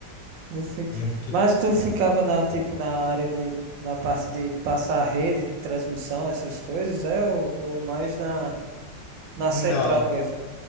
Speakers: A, on the right (about 80°); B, on the left (about 80°).
A: No fim.
B: né? Que,
A: Mas tu ficava na, tipo, na área de, na parte de passar a rede, de transmissão, essas coisas, é? Ou, ou mais na, na
B: não,
A: central mesmo?